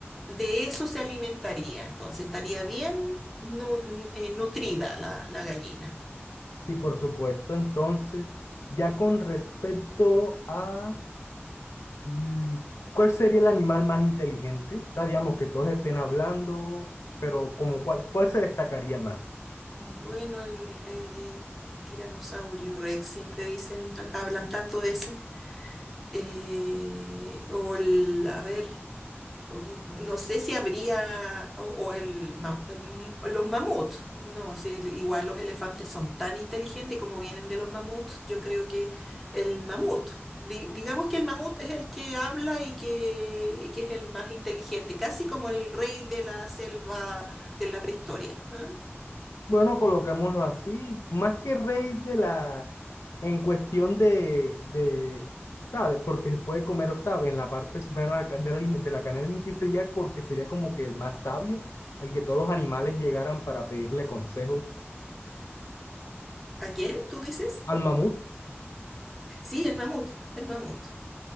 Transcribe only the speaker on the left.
Sí, por supuesto. Entonces, ya con respecto a Mm, ¿Cuál sería el animal más inteligente? O sea, digamos que todos estén hablando, pero como cuál, ¿cuál se destacaría más?
Bueno, coloquémoslo así, más que rey de la, en cuestión de, de, ¿sabes? Porque se puede comer, o sabe, en la parte suprema de la, ca- de la alime- de la cadena alimenticia, porque sería como que el más sabio, el que todos los animales llegaran para pedirle consejos
al mamut.